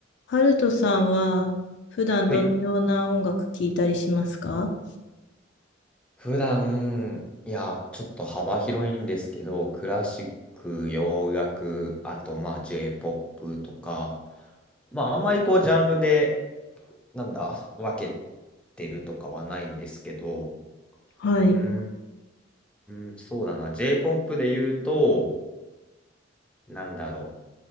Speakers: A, on the left; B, in the centre.
A: ハルトさんは普段どのような音楽聴いたりしますか
B: はい。普段、いや、ちょっと幅広いんですけど、クラシック、洋楽、あと、まあ、J-POP とか、まあ、あんまりこう、ジャンルで、なんだ、分けてるとかはないんですけど、
A: はい。
B: うーん、うーん、そうだな、J-POP で言うと、なんだろ